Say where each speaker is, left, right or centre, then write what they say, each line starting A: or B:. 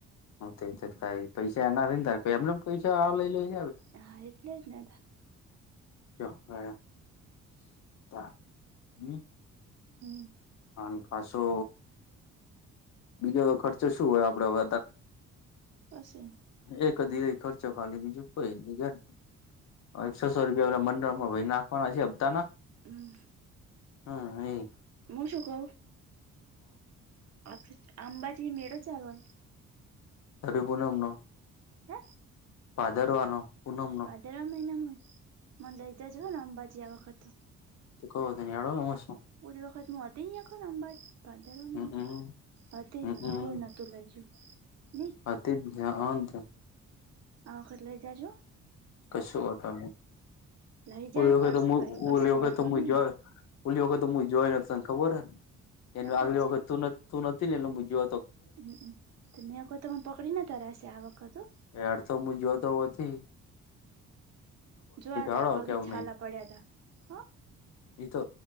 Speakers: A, on the left; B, on the right.
A: <unintelligible> થાય પૈસા એના <unintelligible> એમને પૈસા આવ લઈ લ
B: હા એટલે જ ને
A: <unintelligible>
B: હમ
A: અને પાછો બીજો ખર્ચો શું હોય આપડે વધા
B: કશું નહીં.
A: એ કદી ખર્ચો ખાલી બીજું કોઈ <unintelligible> એકસો સો રૂપિયા મંડળ માં <unintelligible> નાખવાના છે હપતા ના
B: હમ
A: હા એક
B: મુ શું કઉ આપ આંબાજી મેળો ચાલો હોય
A: તરે પુનમ નો.
B: હે
A: ભાદરવાનો પુનમ નો.
B: દર મહિનામાં હો મન લેઇ જ જો અંબાજી આ વખત
A: ત ક દ એડો એમશું
B: પ ખ મું અ હતીેહી એો આંબાર ભાદરવા
A: હમમ
B: મહિના હા તે જ
A: હમમ
B: ને કોર નોતું લઈજું નહી
A: તે આ તો
B: આ વખત લઈ જજો
A: કશું વાતા ન
B: લઈ જવી
A: ઓલી વખતે
B: પડશે
A: તો
B: ભાઈ કશો
A: ઓલી વખતે
B: વાંધો
A: તો મુ
B: નહી
A: જો ઓલી વખત તો મુજવાઈ જોઈને તને ખબર હને
B: ને
A: એ
B: નતા
A: આગલી
B: જ
A: વખત ત તું નથી ને એટલે મુ જો
B: હમમ મેં કોઈ તને પકડી નાતારાશે આ વખત ઓ
A: યાર તુમ મુજાવતો નથી
B: જોયા
A: હેડો
B: તા પગલે
A: કેવું
B: છાલા પડ્યા તા. હ
A: એ તો